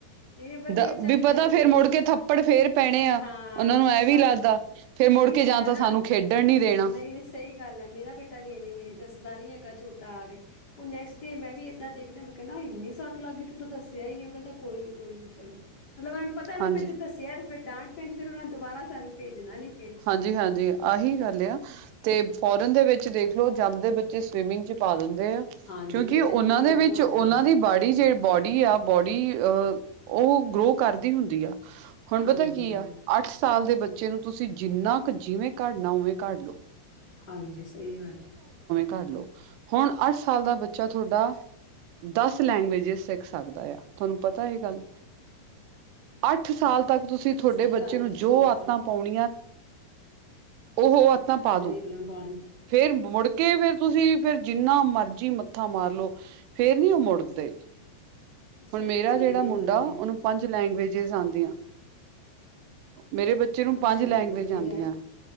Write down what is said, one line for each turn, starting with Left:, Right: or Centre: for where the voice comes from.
Left: ਨਹੀਂ ਵਧੀਆ
Right: ਦ
Left: ਚਾਹੀਦਾ
Right: ਪਤਾ
Left: ਵੀ
Right: ਫੇਰ
Left: ਹੈ
Right: ਮੁੜ ਕੇ ਥੱਪੜ ਫੇਰ ਪੈਣੇ ਆ
Left: ਹਾਂ
Right: ਉਹਨਾਂ
Left: ਫੇਰ
Right: ਨੂੰ ਐ
Left: ਦੁਬਾਰਾ
Right: ਵੀ ਲੱਗਦਾ ਫੇਰ ਮੁੜ
Left: ਐ ਵੀਂ
Right: ਕੇ
Left: ਲੱਗਦਾ,
Right: ਜਾਂ ਤਾਂ
Left: ਨਾ
Right: ਸਾਨੂੰ
Left: ਨਹੀਂ
Right: ਖੇਡਣ ਨੀ ਦੇਣਾ
Left: ਨਹੀਂ ਸਹੀ ਗੱਲ ਹੈ ਮੇਰਾ ਬੇਟਾ ਵੀ ਇਵੇਂ ਹੀ ਦੱਸਦਾ ਨੀ ਹੈਗਾ। ਛੋਟਾ ਆਕੇ ਉਹ ਨੈਕਸਟ। ਤੇ ਮੈਂ ਵੀ ਇੱਦਾਂ ਦੇਖਣਾ ਮੈਂ ਕਹਿੰ ਇੰਨੀ ਸੱਟ ਲੱਗ ਗਈ ਤੂੰ ਤਾ ਦੱਸਿਆ ਹੀ ਨੀ ਉਹ ਕਹਿੰਦਾ ਕੋਈ ਨੀ ਕੋਈ ਨੀ ਚਲੋ। ਮਤਲਬ ਉਹਨਾਂ ਨੂੰ ਪਤਾ ਵੀ
Right: ਹਾਂਜੀ
Left: ਮੈਂ ਜ ਦੱਸਿਆ ਤੇ ਫਿਰ ਡਾਂਟ ਪੈਣੀ ਫਿਰ ਉਹਨਾਂ ਦੁਬਾਰਾ ਸਾਨੂੰ ਭੇਜਣਾ ਨਹੀਂ।
Right: ਹਾਂਜੀ -ਹਾਂਜੀ ਆਹੀ ਗੱਲ ਆ ਤੇ ਫੋਰਨ ਦੇ ਵਿੱਚ ਦੇਖ ਲਓ ਜੰਮਦੇ ਬੱ ਬਚੇ ਸਵਿਮਿੰਗ 'ਚ ਪਾ ਦਿੰਦੇ ਆ
Left: ਹਾਂਜੀ
Right: ਕਿਉਂਕਿ
Left: ਨਹੀਂ ਜ਼ਰੂਰੀ
Right: ਉਹਨਾਂ ਦੇ
Left: ਹੈ
Right: ਵਿੱਚ
Left: ਬਹੁਤ
Right: ਉਹਨਾਂ
Left: ਜ਼ਿਆਦਾ
Right: ਦੀ ਬਾੜੀ ਜੇ ਬੋਡੀ ਆ ਬੋਡੀ ਅਹ ਉਹ ਗਰੋ ਕਰਦੀ ਹੁੰਦੀ ਆ। ਹੁਣ
Left: ਹਾਂਜੀ
Right: ਪਤਾ ਕੀ ਆ ਅੱਠ ਸਾਲ ਦੇ ਬੱਚੇ ਨੂੰ ਤੁਸੀਂ ਤੁਸੀਂ ਜਿੰਨਾ ਕੁ ਜਿਵੇਂ ਘੜਨਾ ਉਵੇਂ ਘੜ ਲਓ।
Left: ਹਾਂਜੀ ਸਹੀ ਗੱਲ ਐ।
Right: ਕਰ ਲਓ ਹੁਣ ਅੱਠ ਸਾਲ ਦਾ ਬੱਚਾ ਤੁਹਾਡਾ ਦਸ ਲੈਂਗੁਏਜ ਸਿੱਖ ਸਕਦਾ ਆ ਤੁਹਾਨੂੰ ਪਤਾ ਇਹ ਗੱਲ ਅੱਠ ਸਾਲ ਤੱਕ ਤੁਸੀਂ
Left: ਨਹੀਂ
Right: ਤੁਹਾਡੇ
Left: ਸਹੀ
Right: ਬੱਚੇ
Left: ਗੱਲ
Right: ਨੂੰ
Left: ਹੈ
Right: ਜੋ
Left: ਛੋਟਾ
Right: ਆਦਤਾਂ ਪਾਉਣ ਉਹੋ ਤਾਂ ਪਾ
Left: ਸਹੀ
Right: ਦੋ
Left: ਗੱਲ ਹੈ ਪਾੜ-
Right: ਫੇਰ ਮੁੜਕੇ ਫੇਰ ਤੁਸੀਂ ਫੇਰ ਜਿੰਨਾ ਮਰਜੀ ਮੱਥਾ ਮਾਰਲੋ ਫੇਰ ਨੀ ਉਹ ਮੁੜਦੇ
Left: ਸਹੀ
Right: ਹੁਣ ਮੇਰਾ
Left: ਗੱਲ
Right: ਜਿਹੜਾ
Left: ਹੈ ਨਹੀਂ
Right: ਮੁੰਡਾ
Left: ਮੰਨਦੇ
Right: ਉਹਨੂੰ ਪੰਜ ਲੈਂਗਏਜਜ਼ ਆਉਂਦੀਆਂ। ਮੇਰੇ ਬੱਚੇ ਨੂੰ
Left: ਅੱਛਾ
Right: ਪੰਜ ਲੈਂਗੁਏਜ
Left: ਚਲੋ ਵਧੀਆ
Right: ਆਉਂਦੀਆਂ
Left: ਹੈ